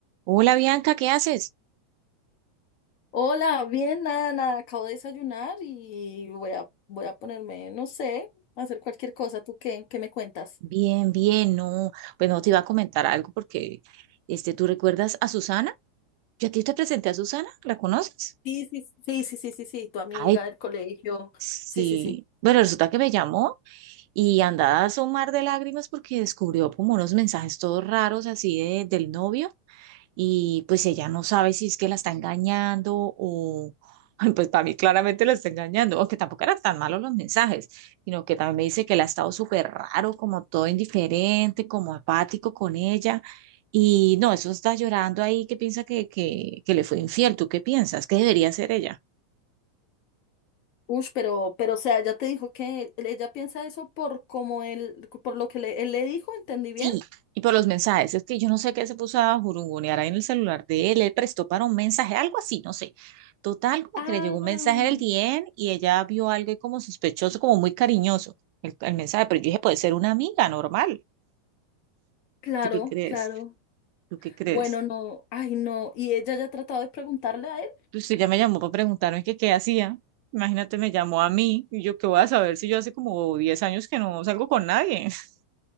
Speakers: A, on the right (about 55°); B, on the left (about 55°).
A: Hola Bianca, ¿qué haces?
B: Hola, bien, nada, nada, acabo de desayunar y voy a, voy a ponerme, no sé, a hacer cualquier cosa. ¿Tú qué? ¿Qué me cuentas?
A: Bien, bien, no, pues no te iba a comentar algo porque, este, ¿tú recuerdas a Susana? Yo a ti te presenté a Susana, ¿la conoces?
B: Sí, sí, sí, sí, sí, sí, sí, tu amiga
A: Ay,
B: del colegio.
A: sí.
B: Sí, sí, sí.
A: Bueno, resulta que me llamó y andaba a un mar de lágrimas porque descubrió como unos mensajes todos raros así de- del novio. y pues ella no sabe si es que la está engañando o <laughs> pues para mí claramente la está engañando, aunque tampoco eran tan malos los mensajes, sino que también me dice que él ha estado súper raro, como todo indiferente, como apático con ella. Y no, eso está llorando ahí que piensa que, que, que le fue infiel. ¿Tú qué piensas? ¿Qué debería hacer ella?
B: Ush, pero, pero, o sea, ya te dijo que él- ella piensa eso por como él, por lo que le- él le dijo, ¿entendí bien?
A: Sí, y por los mensajes. Es que yo no sé qué se puso a jurungonear ahí en el celular de él. Él prestó para un mensaje, algo así, no sé. Total, como
B: Ah,
A: que le llegó un mensaje del DM y ella vio algo ahí como sospechoso, como muy cariñoso el, el mensaje. Pero yo dije, puede ser una amiga normal.
B: claro,
A: ¿Tú qué crees?
B: claro.
A: ¿Tú qué crees?
B: Bueno, no, ay, no. ¿Y ella ya ha tratado de preguntarle a él?
A: Pues usted ya me llamó para preguntarme que qué hacía. Imagínate, me llamó a mí y yo qué voy a saber si yo hace como 10 años que no salgo con nadie. <laughs>